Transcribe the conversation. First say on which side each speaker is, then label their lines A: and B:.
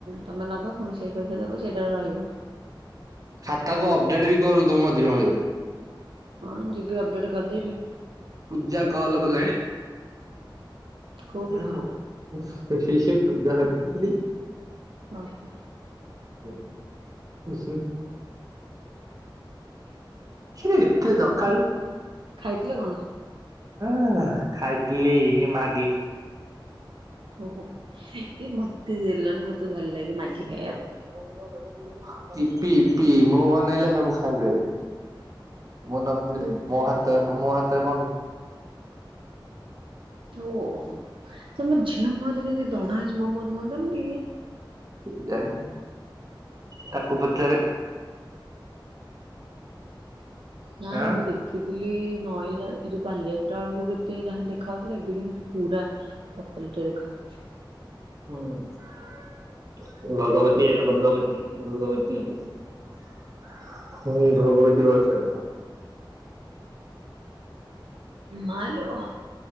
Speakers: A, on the right; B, on the right.
A: ତମେ ନବ। ପୁଣି ସେଇ ପଇସା ଦବ ସେଇଟାରେ ରହିବ।
B: ଖାତାକୁ ଅପଡେଟ ବି କରୁଥୁବୁ ମଝିରେ ମଝିରେ।
A: ହଁ ଯିବି ଅପଡେଟ କରିଦେବି।
B: ପୂଜା କଲ କଲାଣି। <unintelligible>
A: କୋଉକୁ ଯି ଓ ହୋ।
B: <inaudible> ସେ ଏତେ ସକାଳୁ।
A: ଖାଇଥିଲ କଣ?
B: ହଁ ଖାଇଥିଲି ମାଗି।
A: ଓହୋ ଏ ମତେ ଦେଲନି, ମତେ ଭଲ ଲାଗେ ମାଗି ଖାଇବା
B: <unintelligible>
A: ପାଇଁ।
B: ୟିପି ୟିପି ମୁଁ ବନେଇଲେ ସବୁ ଖାଇବେ। ମୁଁ ନଥିଲେ
A: ଓହୋ
B: ମୋ ହାତ ମୋ ହାତ
A: ଓହୋ ତମ ଝିଅ ମୁହଁରେ କେମିତି ବ୍ରଣ ଆଜି ମୋ ମୁହଁରେ ହୁଅନ୍ତାନି ଟିକେ।
B: କେଜାଣି ତାକୁ ପଚାରେ।
A: ନାଇଁ
B: ଆଁ
A: ମୁଁ ଦେଖିଛିି। ଥିଲି ନଇରା ଏ ଯୋଉଁ ବାଲିଯାତ୍ରା ବେଳକୁ କେତେ ଯାହେଲେ ଦେଖା ଯାଉଥିଲା। ଏବେ କିନ୍ତୁ ପୁରା ପତଳୀ ଟେ ଦେଖାହଉଛି।
B: ହୁଁ। ଭଗବତୀ ହେଲା ଭଗବତୀ ଭଗବତୀ। ହୁଁ ଭଗବତୀ ଯାଉଚି।
A: ମାଲୋ।